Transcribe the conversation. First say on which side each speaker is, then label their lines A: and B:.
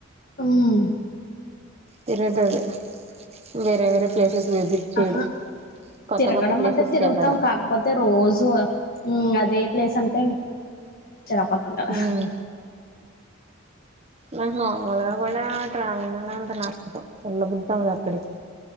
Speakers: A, on the left; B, on the right.
A: అవునా
B: తిరుగుతది వేరే వేరే ప్లేసెస్ విజిట్ చేయడం
A: అహా
B: కొత్త
A: తిరగడం
B: కొత్త ప్లేసెస్కి
A: అంటే తిరుగుతాం
B: వెళ్ళడం
A: కాకపోతే రోజూ మ్ అదే ప్లేసంటే చిరాకొస్తుంద్ కదా
B: ఉమ్ నాక్ నార్మల్గా కూడా ట్రావెలింగ్ అనే అంత నచ్చదు. ఎల్ల బుద్ధవ్వదు అక్కడికి